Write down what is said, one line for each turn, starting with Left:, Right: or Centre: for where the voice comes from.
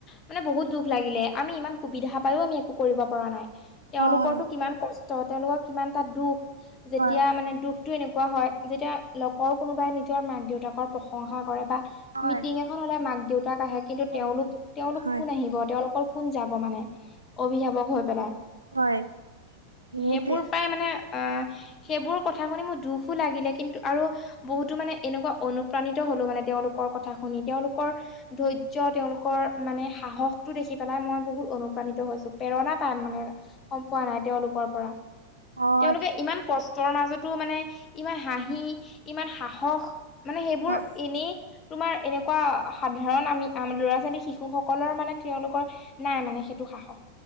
Left: মানে বহুত দুখ লাগিলে, আমি ইমান সুবিধা পাইও আমি একো কৰিব পৰা নাই। তেওঁলোকৰতো
Right: হয়,
Left: কিমান কষ্ট, তেওঁলোকৰ কিমানটা দুখ। যেতিয়া
Right: হয়,
Left: মানে দুখ টো এনেকুৱা হয়, যেতিয়া লগৰ কোনোবাই নিজৰ মাক-দেউতাকৰ প্ৰশংসা কৰে বা
Right: হয়,
Left: মিটিং লে মাক-দেউতাক আহে। কিন্তু তেওঁলোক,
Right: অভিভাৱক
Left: তেওঁলোকৰ
Right: হয়,
Left: কোন আহিব। তেওঁলোকৰ কোন যাব মানে, অভিভাৱক হৈ পেলাই।
Right: হয়। সেইটোৱে
Left: সেইবোৰ প্ৰায় মানে অ', সেইবোৰ কথা শুনি মোৰ দুখো লাগিলে, কিন্তু আৰু বহুতো মানে এনেকুৱা অনুপ্ৰাণিত হলোঁ, মানে তেওঁলোকৰ কথা শুনি। তেওঁলোকৰ ধৈৰ্য, তেওঁলোকৰ মানে সাহসটো দেখি পেলাই মই বহুত অনুপ্ৰাণিত হৈছোঁ। প্ৰেৰণা পাম মানে গম পোৱা নাই, তেওঁলোকৰ পৰা।
Right: হয়।
Left: তেওঁলোকে ইমান কষ্টৰ মাজতো মানে ইমান হাঁহি, ইমান সাহস, মানে সেইবোৰ
Right: অ'।
Left: এনেই তোমাৰ, এনেকুৱা সাধাৰণ আমি ল'ৰা-ছোৱালী, শিশুসকলৰ মানে তেওঁলোকৰ নাই মানে সেইটো সাহস।